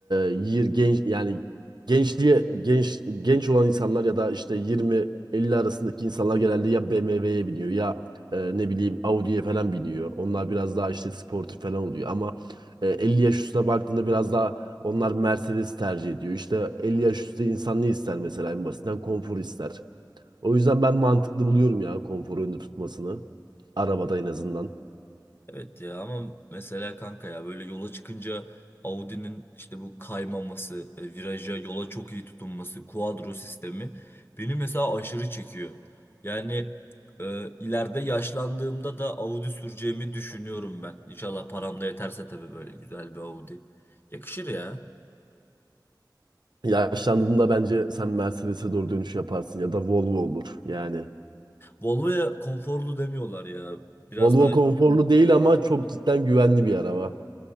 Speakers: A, on the right; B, on the left.
A: yir genç yani gençliğe genç genç olan insanlar ya da işte 20-50 arasındaki insanlar genelde ya BMW'ye biniyor ya e, ne bileyim Audi'ye falan biniyor. Onlar biraz daha işte sportif falan oluyor ama e, 50 yaş üstüne baktığında biraz daha onlar Mercedes tercih ediyor. İşte 50 yaş üstü insan ne ister mesela en basitinden konfor ister. O yüzden ben mantıklı buluyorum ya konforu önde tutmasını. Arabada en azından.
B: Evet ya ama mesela kanka ya böyle yola çıkınca Audi'nin işte bu kaymaması, e, viraja yola çok iyi tutunması, kuadro sistemi beni mesela aşırı çekiyor. Yani e, ileride yaşlandığımda da Audi süreceğimi düşünüyorum ben. İnşallah param da yeterse tabii böyle güzel bir Audi. Yakışır ya.
A: Yaşlandığında bence sen Mercedes'e doğru dönüş yaparsın ya da Volvo olur yani.
B: Volvo'ya konforlu demiyorlar ya. Biraz
A: Volvo
B: daha
A: konforlu değil ama çok cidden güvenli bir araba.